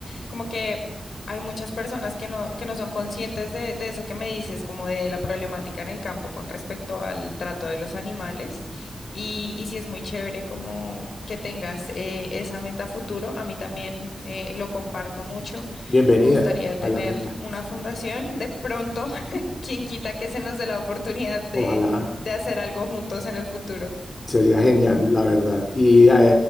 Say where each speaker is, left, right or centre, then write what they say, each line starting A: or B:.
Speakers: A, on the left; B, on the left.
A: Como que hay muchas personas que no, que no son conscientes de, de eso que me dices, como de la problemática en el campo con respecto al trato de los animales. Y, y sí es muy chévere como que tengas eh, esa meta futuro. A mí también eh, lo comparto mucho.
B: <laughs> Bienvenida
A: Me gustaría tener
B: a la meta,
A: una fundación. De pronto, <laughs> quien quita que se nos dé la oportunidad de,
B: ojalá.
A: de hacer algo juntos en el futuro.
B: Sería genial, la verdad. Y eh,